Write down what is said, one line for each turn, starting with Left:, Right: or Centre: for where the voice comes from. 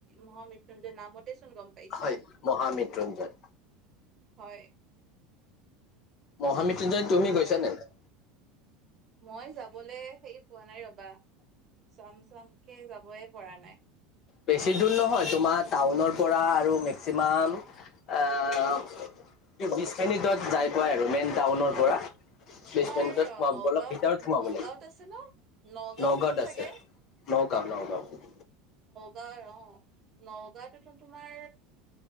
Right: মহা মৃত্যুঞ্জয় নামত চোন গম পাইছা,
Left: হয় মহামৃত্যুঞ্জয়
Right: হয়।
Left: মহা মৃত্যুঞ্জয় তুমি
Right: তোমাৰ
Left: গৈছা নে নাই?
Right: মই যাবলে হেৰি পোৱা নাই ৰবা। চাম চামকে যাবই পৰা নাই।
Left: বেছি দূৰ নহয় তোমাৰ টাউনৰ পৰা আৰু মেক্সিমাম আহ, বিশ মিনিটত যাই পাই আৰু মেইন টাউনৰ
Right: অ
Left: পৰা। বিশ
Right: তোমাৰ
Left: মিনিটত সোমাবলপ
Right: নগাঁওত
Left: <inaudible> ভিতৰত সোমাব
Right: নগাঁওত
Left: লাগিব
Right: আছে ন নগাঁওত
Left: নগাঁৱত
Right: চাগে
Left: আছে। নগাঁও নগাঁও।
Right: হয় অ'। নগাঁওতোতো তোমাৰ